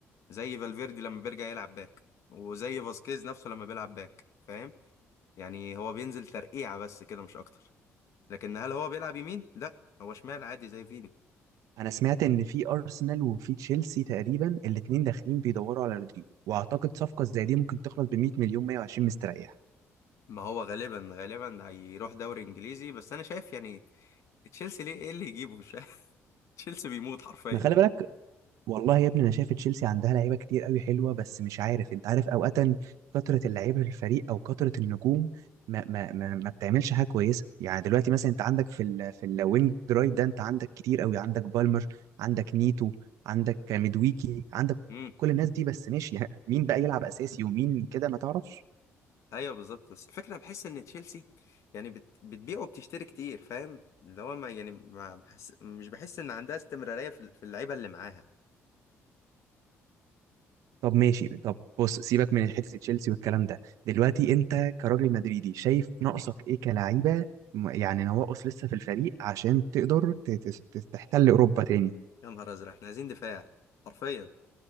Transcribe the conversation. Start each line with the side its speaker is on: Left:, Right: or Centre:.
Left: زي فالفيردي لما بيرجع يلعب باك وزي فاسكيز نفسه لما بيلعب باك فاهم يعني هو بينزل ترقيعة بس كده مش اكتر لكن هل هو بيلعب يمين لا هو شمال عادي زي فيني
Right: انا سمعت ان في ارسنال وفي تشيلسي تقريبا الاتنين داخلين بيدوروا على رودريجو واعتقد صفقه زي دي ممكن تخلص ب 100 مليون 120 مستريح
Left: ما هو غالبا غالبا هيروح دوري انجليزي بس انا شايف يعني تشيلسي ليه ايه اللي يجيبه مش عارف. <laughs> تشيلسي بيموت حرفيا
Right: ما خلي بالك والله يا ابني انا شايف تشيلسي عندها لعيبه كتير قوي حلوه بس مش عارف انت عارف اوقات كثره اللعيبه في الفريق او كثره النجوم ما ما ما, ما بتعملش حاجه كويسه يعني دلوقتي مثلا انت عندك في ال في الوينج رايت ده انت عندك كتير قوي عندك بالمر عندك نيتو عندك ميدويكي عندك
Left: امم
Right: كل الناس دي بس ماشي <laughs> يعني مين بقى يلعب اساسي ومين كده ما تعرفش
Left: ايوه بالظبط بس الفكره بحس ان تشيلسي يعني بت... بتبيع وبتشتري كتير فاهم اللي هو ما يعني ما بحس... مش بحس ان عندها استمراريه في ال- في اللعيبه اللي معاها
Right: طب ماشي طب بص سيبك من حته تشيلسي والكلام ده دلوقتي انت كراجل مدريدي شايف ناقصك ايه كلعيبه م- يعني نواقص لسه في الفريق عشان تقدر ت- ت- ت- تحتل اوروبا تاني
Left: يا نهار ازرق احنا عايزين دفاع حرفيا